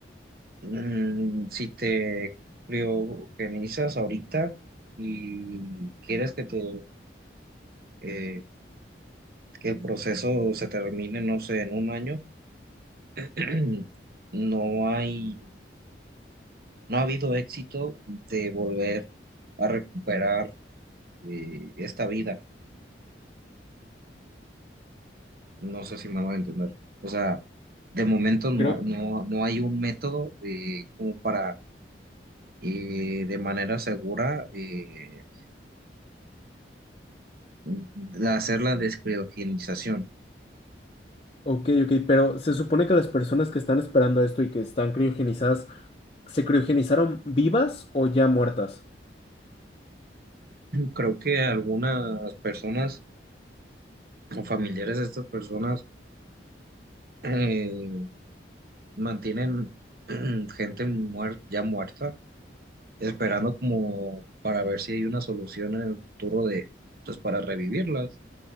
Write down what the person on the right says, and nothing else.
Mm, si te lo organizas ahorita y quieres que te eh, que el proceso se termine, no sé, en un año, <clears throat> no hay, no ha habido éxito de volver a recuperar eh, esta vida. No sé si me va a entender. O sea, de momento no,
no, no hay un método eh, como para eh, de manera segura eh, de hacer la descriogenización.
Creo que algunas personas o familiares de estas personas eh, mantienen <clears throat> gente muer- ya muerta, esperando como para ver si hay una solución en el futuro de, pues para revivirlas.